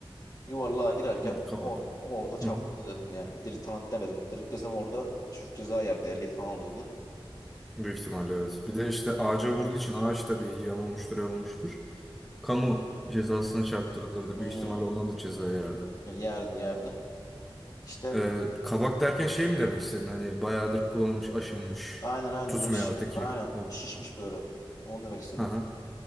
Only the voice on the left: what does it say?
Yuvarlığa girerken
orada orada çarptı
dedim yani. Drift falan demedim. Drift desem orada çocuk ceza yerdi. Ehliyet falan alırdı.
Hmm,
yerdi yerdi. İşte
aynen aynen
böyle şi-
aynen
şişmiş böyle. Onu demek istedim.